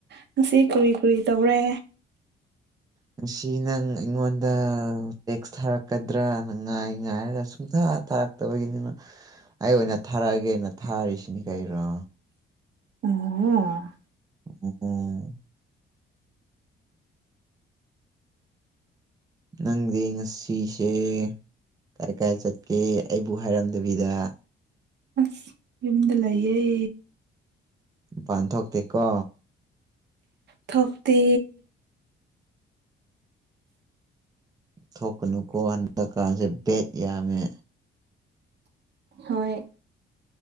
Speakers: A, on the right; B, on the right.
A: ꯉꯁꯤ ꯀꯔꯤ ꯀꯔꯤ ꯇꯧꯔꯦ
B: ꯉꯁꯤ ꯅꯪ ꯑꯩꯉꯣꯟꯗ ꯇꯦꯛꯁ ꯊꯥꯔꯛꯀꯗ꯭ꯔꯥꯅ ꯉꯥꯏ ꯉꯥꯏꯔꯒꯥ ꯁꯨꯛꯊꯥ ꯊꯥꯔꯛ ꯇꯕꯒꯤꯅꯤꯅ ꯑꯩ ꯑꯣꯏꯅ ꯊꯥꯔꯛꯑꯒꯦꯅ ꯊꯥꯔꯤꯁꯤꯅꯤ ꯀꯩꯔꯣ
A: ꯑꯣ ꯑꯣ
B: ꯑꯣ ꯅꯪꯗꯤ ꯉꯁꯤꯁꯦ ꯀꯥꯏ ꯀꯥꯏ ꯆꯠꯀꯦ ꯑꯩꯕꯨ ꯍꯥꯏꯔꯝꯗꯕꯤꯗ
A: ꯑꯁ ꯌꯨꯝꯗ ꯂꯩꯌꯦ
B: ꯃꯥꯄꯥꯟ ꯊꯣꯛꯇꯦ ꯀꯣ
A: ꯊꯣꯛꯇꯦ
B: ꯊꯣꯛꯀꯅꯨꯀꯣ ꯍꯟꯗꯛ ꯀꯥꯟꯁꯦ ꯕꯦꯠ ꯌꯥꯝꯃꯦ
A: ꯍꯣꯏ